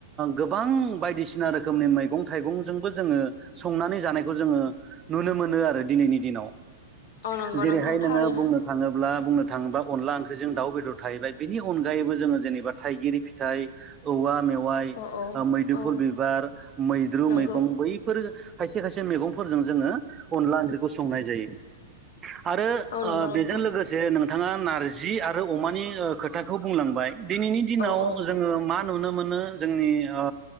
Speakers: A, on the right; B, on the left.
A: गोबां बायदिसिना रोखोमनि मै- मैगं- थाइगंजोंबो जोंङो संनानै जानायखौ जोंङो नुनो मोनो आरो दिनैनि दिनाव
B: औ नंगौ
A: जेरैहाय
B: नोंथां थारैनो
A: नोङो बुंनो थाङोब्ला बुंनो थाङोबा अनला ओंख्रि जों दाउ बेदर थाहैबाय बेनि अनगायैबो जोङो जेनेबा थाइगिर फिथाइ औवा मेव- वाइ
B: औ औ
A: मैदुमफुल
B: औ
A: बिबार मैद्रु
B: नंगौ
A: मैगं बैफोर खायसे खायसे मैगं- फोरजों जोङो अनदला ओंख्रिखौ संनाय जायो आरो
B: औ
A: ओ
B: नंगौ
A: बेजों
B: नोंथां
A: लोगोसे नोंथाङा नारजि आरो- अमानि खोथाखौ बुंलांबाय दिनैनि दिनाव
B: औ औ
A: जोङो मा नुनो मोनो जोंनि ओ